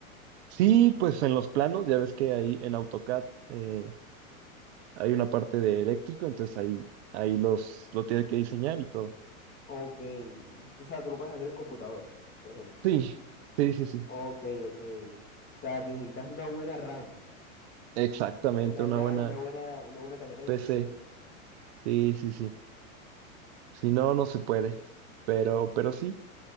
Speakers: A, on the right; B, on the left.
A: sí, pues en los planos, ya ves que ahí en AutoCAD eh, hay una parte de eléctrico, entonces ahí, ahí los, lo tiene que diseñar y todo.
B: Ok, y tú, sabes tú lo puedes hacer en computador, por ejemplo.
A: Sí, sí, sí, sí.
B: Ok, ok. O sea, necesitas una buena RAM.
A: Exactamente,
B: Una buena
A: una
B: RAM,
A: buena
B: una buena, una buena tarjeta de
A: PC.
B: video.
A: Sí, sí, sí. Si no, no se puede. Pero, pero sí,